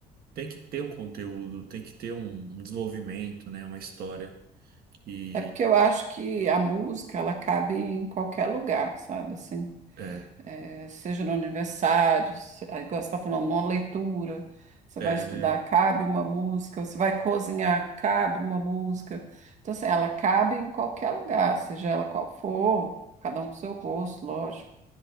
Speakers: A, on the right; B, on the right.
A: tem que ter um conteúdo, tem que ter um, um desenvolvimento, né? Uma história. E
B: é porque eu acho que a música ela cabe em qualquer lugar, sabe? Assim,
A: é,
B: eh, seja no aniversário, se- aí, igual você está falando, numa leitura, você
A: é,
B: vai estudar,
A: é,
B: cabe uma música, você vai cozinhar, cabe uma música. Então, assim, ela cabe em qualquer lugar, seja ela qual for, cada um com seu gosto, lógico.